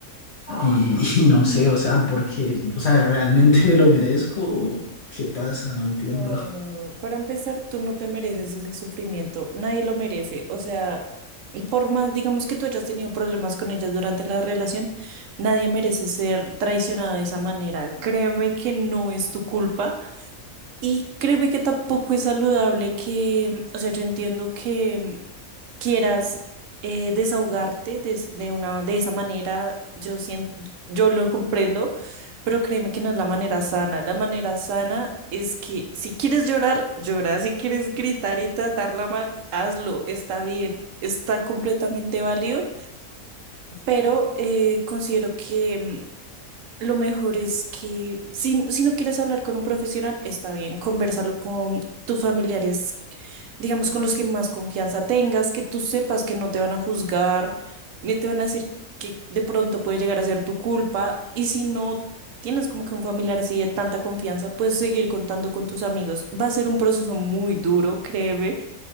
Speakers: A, on the left (about 55°); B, on the right (about 70°).
A: y, <laughs> y no sé, o sea, porque, o sea, ¿realmente me lo merezco? o ¿Qué pasa? No entiendo.
B: No,
A: O
B: no, no. Para empezar, tú no te mereces ese sufrimiento. Nadie lo merece. O sea, y por más, digamos que tú hayas tenido problemas con ellas durante la relación, nadie merece ser traicionado de esa manera. Créeme que no es tu culpa y créeme que tampoco es saludable que, o sea, yo entiendo que quieras eh, desahogarte des- de, una, de esa manera, yo sien- yo lo comprendo, pero créeme que no es la manera sana. La manera sana es que si quieres llorar, llora. Si quieres gritar y tratarla mal, hazlo. Está bien, está completamente válido, pero eh, considero que mm, lo mejor es que si, si no quieres hablar con un profesional, está bien, conversarlo con tus familiares, digamos, con los que más confianza tengas, que tú sepas que no te van a juzgar, ni te van a decir que de pronto puede llegar a ser tu culpa. Y si no tienes como que un familiar así de tanta confianza, puedes seguir contando con tus amigos. Va a ser un proceso muy duro, créeme,